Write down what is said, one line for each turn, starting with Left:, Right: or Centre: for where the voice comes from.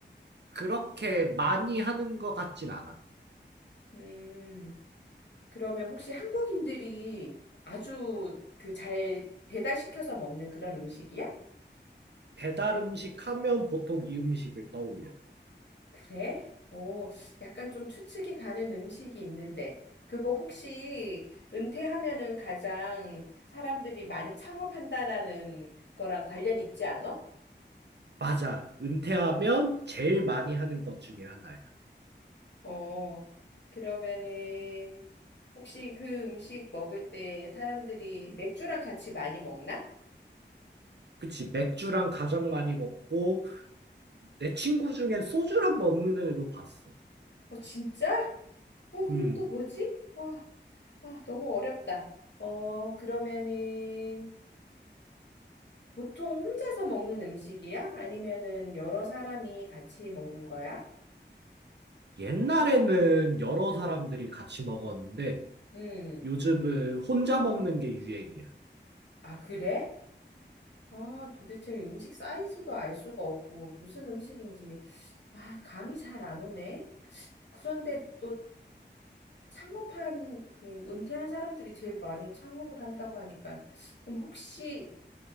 Right: 그렇게 많이 하는 것 같진 않아.
Left: 음, 그러면 혹시 한국인들이 아주 그 잘 배달시켜서 먹는 그런 음식이야?
Right: 배달 음식 하면 보통 이 음식을 떠올려.
Left: 그래? 오, 약간 좀 추측이 가는 음식이 있는데, 그거 혹시 은퇴하면은 가장 사람들이 많이 창업한다라는 거랑 관련 있지 않아?
Right: 맞아. 은퇴하면 제일 많이 하는 것 중에 하나야.
Left: 어, 그러면은 혹시 그 음식 먹을 때 사람들이 맥주랑 같이 많이 먹나?
Right: 그치. 맥주랑 가장 많이 먹고, 내 친구 중엔 소주랑 먹는 애도 봤어.
Left: 어, 진짜? 어, 그럼
Right: 음.
Left: 또 뭐지? 어, 아, 너무 어렵다. 어, 그러면은 보통 혼자서 먹는 음식이야? 아니면은 여러 사람이 같이 먹는 거야?
Right: 옛날에는 여러 사람들이 같이 먹었는데
Left: 음.
Right: 요즘은 혼자 먹는 게 유행이야.
Left: 아, 그래? 아, 도대체 음식 사이즈도 알 수가 없고 무슨 음식인지 아, 감이 잘 안 오네. 그런데 또 창업한 음, 은퇴한 사람들이 제일 많이 창업을 한다고 하니까 그럼 혹시